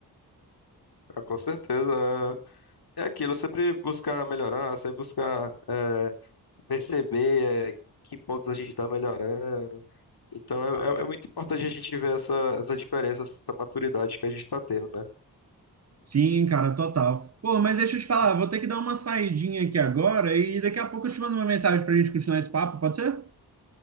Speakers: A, on the left (about 65°); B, on the right (about 40°).
A: Ah, com certeza. É aquilo, sempre buscar melhorar, sempre buscar eh, perceber eh, que pontos a gente está melhorando. Então é, é- é muito importante a gente ver essa, essa diferença, essa maturidade que a gente está tendo, né?
B: Sim, cara, total. Pô, mas deixa eu te falar, vou ter que dar uma saidinha aqui agora e daqui a pouco eu te mando uma mensagem pra gente continuar esse papo, pode ser?